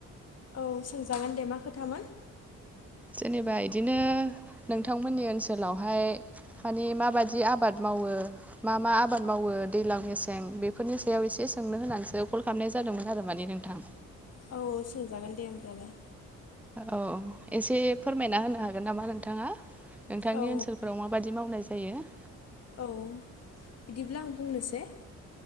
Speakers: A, on the left; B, in the centre.
A: औ सोंजागोन दे मा खोथामोन
B: जेनेबा इदिनो नोंथांमोननि ओनसोलावहाय माने माबायि आबाद मावो मा मा आबाद मावो दैजलां मेसें बेफोरनि सायाव एसे सोंनो होनानैसो कल खालामनाय ज जादोंमोन आरो माने नोंथां
A: औ औ सोंजागोन दे होमब्लालाय
B: औ एसे फोरमायना होनो हागोन नामा नोंथाङा नोंथांनि
A: औ
B: ओनसोलफोराव माबायि मावनाय जायो
A: औ बिदिब्ला आं बुंनोसै